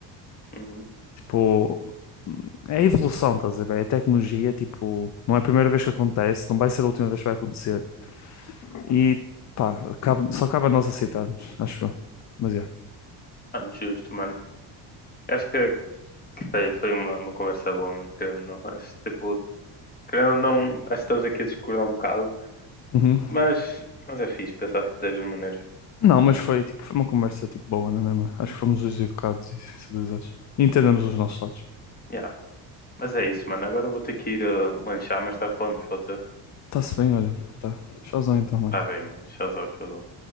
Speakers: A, on the left; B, on the left.
A: uhum.
B: Tipo, é a evolução, estás a ver? É a tecnologia, tipo, não é a primeira vez que acontece, não vai ser a última vez que vai acontecer. E pá, cabe- só cabe a nós aceitarmos, acho eu. Mas é.
A: Mano, justo, mano. Acho que, que foi, foi uma, uma conversa boa, mano. Que eu não, acho, tipo, querendo ou não, acho que estamos aqui a discordar um bocado,
B: Uhum.
A: mas, mas é fixe pensar tipo, destas maneiras.
B: Não, mas foi tipo, foi uma conversa tipo boa, não é mesmo? Acho
A: Uhum.
B: que fomos os educados e civilizados. E entendemos os nossos lados.
A: Yeah. Mas é isso, mano. Agora eu vou ter que ir uh, lanchar, mais tarde falamos, pode ser?
B: Está-se bem, olha. Tá. Tchauzão então, mano.
A: Está bem, mano. Tchauzão, tchauzão.